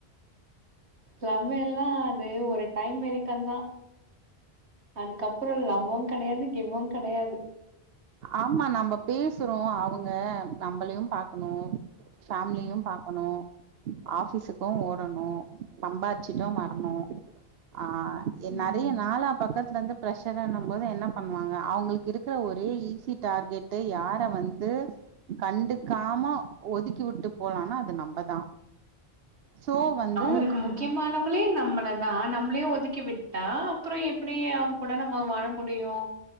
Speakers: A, on the right; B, on the right.
A: லவ் எல்லா அது ஒரு டைம் வெரிக்கந்தா அதுக்க அப்புறோ லவ்வு கிடையாது கிவ்வு கிடையாது
B: ஆமா நம்ம பேசுறோ அவுங்க நம்மளையு பாக்கணு ஃபேமிலியயு பாக்கணு ஆபிஸுக்கு ஓடணு சம்பாச்சிட்டு வரணு ஆ எ
A: ம்
B: நெறய நாளா பக்கத்துல இருந்து பிரச் சன என்னும்போது என்ன பண்ணுவாங்க அவுங்களுக்கு இருக்கிற ஒ ரே ஈஸி டார்கெட்டு யார வந்து கண்டுக்காம ஒதுக்கி விட்டு போலானா அது நம்பதா சோ வந்து
A: அவுங்களுக்கு முக்கியமானவங்களே நம்மள தா நம் நம்ளே ஒதுக்கி விட்டா அப்புற எப்டி அவுங்க கூட நம்ம வாழ முடியு